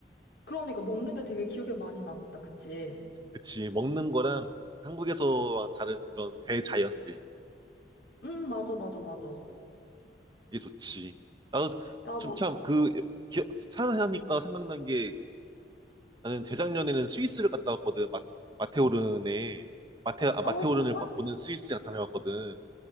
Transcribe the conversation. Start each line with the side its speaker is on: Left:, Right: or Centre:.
Left: 그러니까 먹는 게 되게 기억에 많이 남는다, 그치?
Right: 그치, 먹는 거랑 한국에서와 다른 그런 대자연들.
Left: 음, 맞아, 맞아, 맞아. 야,
Right: 음. 이게 좋지. 나도
Left: 너,
Right: 좀 참 그 산하니까 생각난 게 나는 재작년에는 스위스를 갔다 왔거든. 마, 마테오른에 마테 아 마테오른을
Left: 어, 정말?
Right: 봐- 보는 스위스에 다녀왔거든.